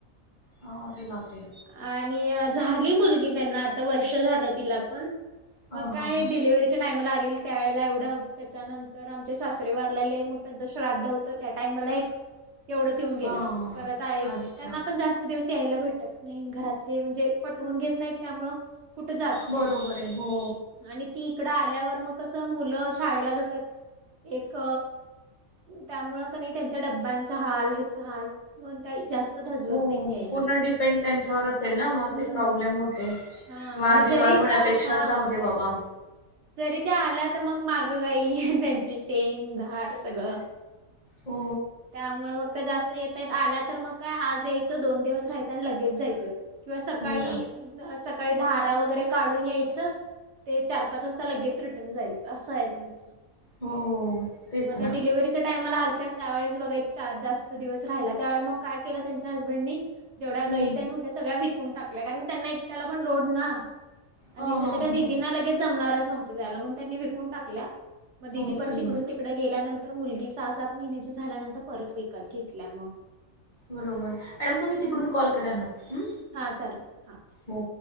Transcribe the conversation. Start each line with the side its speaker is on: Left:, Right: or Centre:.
Left: हा अरे बापरे!
Right: आणि झाली मुलगी त्यांना आता वर्ष झालं तिला पण.
Left: हा
Right: मग काय
Left: हा हा
Right: डिलिव्हरीच्या टाइमाला आलेली त्यावेेळेला एवढं त्याच्यानंतर तर आमचे सासरे वारलेले मग त्यांचं श्राद्ध होतं त्या टाइमाला एक एवढंच येऊन गेल्यात
Left: हा
Right: परत येत
Left: अच्छा
Right: नाहीत, त्यांना जास्त दिवस यायला भेटत नाही घरातले म्हणजे पटवून घेत नाहीत त्यामूळ कुठं जात नाही.
Left: बरोबर आहे हो.
Right: <inaudible> आणि ती इकडं आल्यावर मग कसं मुलं शाळेला जातात एक त्यामुळे क नई त्यांच्या डब्यांचा हाल, हेच हाल म त्या जास्त धजवत
Left: हो
Right: नाहीत यायला
Left: पूर्ण डिपेंड त्यांच्यावर असेल ना मग
Right: हम्म
Left: ते प्रॉब्लेम होते.
Right: हा
Left: वादविवाद
Right: आणि जरी
Left: होण्यापेक्षा
Right: त्या हा
Left: जाऊ दे बाबा.
Right: जरी त्या आल्या तर मग मागं गाई त्यांची शेण, धार सगळं.
Left: हो,
Right: <inaudible> त्यामुळे मग त्या जास्त- येतात आला तर मग काय आज यायचं दोन दिवस राहायचं आणि लगेच जायचं किंवा सकाळी-
Left: हो ना.
Right: सकाळी धारा वगैरे काढून यायचं, ते चार पाच वाजता लगेच रिटर्न जायचं असं आहे त्याचं.
Left: हो, तेच
Right: मग
Left: ना.
Right: डिलिव्हरीच्या टाइमला आलत त्यावेळेस बघा एक चार जास्त दिवस राहिला त्यावेळी मग काय केलं त्यांच्या हसबंड नी जेवढ्या
Left: हं.
Right: गाई त्या सगळ्या विकून टाकल्या कारण त्यांना एकट्याला पण लोड ना आणि
Left: हां, हां, हां.
Right: दिदीना लगेच जमणारच नव्हतं जायला म्हणून त्यांनी विकून टाकल्या मग दीदी
Left: ओके.
Right: परत इकडून तिकड तिकडे गेल्यानंतर मुलगी सहा-सात महिन्याची झाल्यानंतर परत विकत घेतल्या मग.
Left: बरोबर. मॅडम तुम्ही
Right: <inaudible>
Left: तिकडून कॉल करा ना, हम्.
Right: हा चालत, हा.
Left: हो.